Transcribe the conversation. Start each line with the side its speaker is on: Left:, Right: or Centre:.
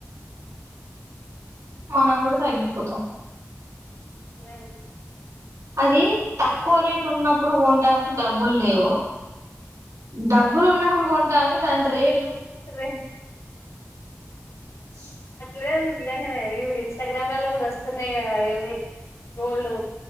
Right: మనం కూడా తగ్గిపోతాం.
Left: ఇప్పుడే అంది
Right: అదీ తక్కువ రేటు ఉన్నప్పుడు కొంటానికి డబ్బులు లేవు. డబ్బులు ఉన్నప్పుడు కొంటానికి దాని రేటు
Left: రే
Right: బ
Left: లేదండి నిజంగనే, ఇప్పుడు ఇన్స్టాగ్రామ్ లల్ల గూడా వస్తున్నాయి గదా ఏంది. గోల్డు